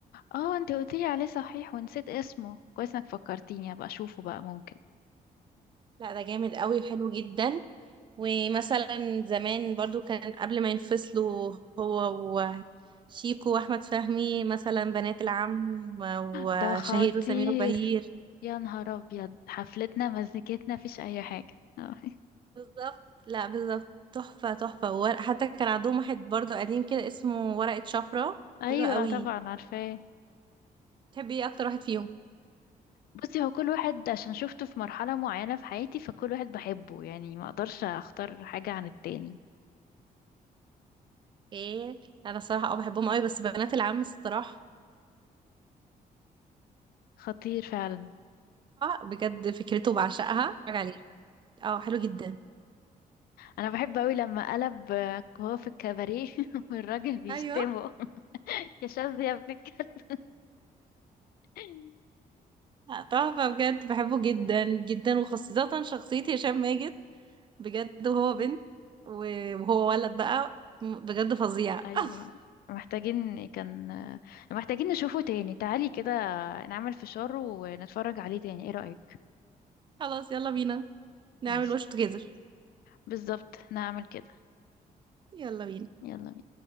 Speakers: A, on the left (about 85°); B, on the right (about 30°).
A: اه انت قلتيلي عليه صحيح ونسيت اسمه كويس انك فكرتيني ابقى اشوفه بقى ممكن
B: لا ده جامد قوي وحلو جدا ومثلا زمان برضو كان قبل ما ينفصلوا هو وشيكو وأحمد فهمي مثلا بنات العم وشهير
A: ده خطير
B: وسمير وبهير
A: يا نهار ابيض حفلتنا مزنكتنا مفيش اي حاجه آه.
B: بالظبط لا بالظبط تحفة تحفة وورق حتى كان عندهم واحد برضو قديم كده اسمه ورقة شفرة
A: <laughs>
B: حلو
A: ايوه
B: قوي
A: طبعا عارفاه
B: تحبي ايه أكتر واحد فيهم
A: بصي هو كل واحد عشان شفته في مرحله معينه في حياتي فكل واحد بحبه يعني ما اقدرش اختار حاجه عن التاني
B: ايه انا صراحة اه بحبهم قوي بس بنات العم الصراحة
A: خطير فعلا
B: بجد فكرته بعشقها اتفرج عليه اه حلو جدا
A: انا بحب قوي لما قلب آه، هو في الكباريه <laughs> والراجل بيشتمه
B: ايوه
A: <laughs> يا شاذ يا ابن الكلب <laughs>
B: آه، تحفة بجد بحبه جدا جدا وخاصة شخصية هشام ماجد بجد وهو بنت و- وهو ولد بقى م- بجد فظيع
A: ايوه
B: <laughs>
A: محتاجين كان آه، محتاجين نشوفه تاني تعالي كده نعمل فشار ونتفرج عليه تاني ايه رأيك
B: خلاص يلا بينا نعمل
A: ماشي
B: وش توجذر
A: بالظبط نعمل كده
B: يلا بينا
A: يلا بينا